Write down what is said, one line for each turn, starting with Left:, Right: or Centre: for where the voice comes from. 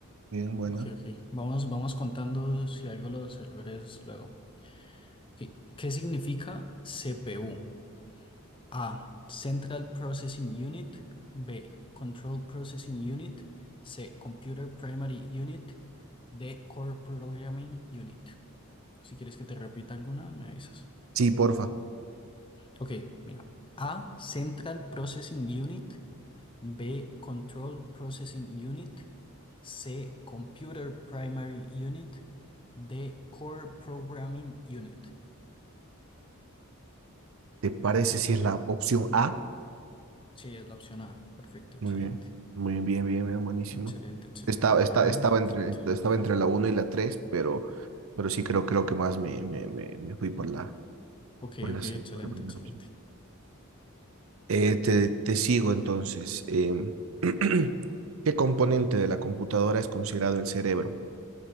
Right: Bien, buena.
Left: Ok, ok. Vamos, vamos contando si algo los errores luego. Ok, ¿Qué significa CPU? A. Central Processing Unit. B. Control Processing Unit. C. Computer Primary Unit. D. Core Programming Unit. Si quieres que te repita alguna, me avisas.
Right: Sí, porfa.
Left: Ok, mira. A. Central Processing Unit. B. Control Processing Unit. C. Computer Primary Unit. D. Core Programming Unit.
Right: ¿Te parece si es la opción A?
Left: Sí, es la opción A. Perfecto, excelente.
Right: Muy bien, muy bien, bien, bien, bien, buenísimo.
Left: Excelente, excelente
Right: Estaba,
Left: por
Right: esta-
Left: ahora.
Right: estaba
Left: Perfecto.
Right: entre, estaba entre la uno y la tres pero, pero sí creo, creo que más me, me, me, me fui por la,
Left: Ok,
Right: por la,
Left: ok,
Right: C,
Left: excelente,
Right: por la primera
Left: excelente.
Right: opción. Eh, te, te sigo entonces. Em, <clears throat> ¿qué componente de la computadora es considerado el cerebro?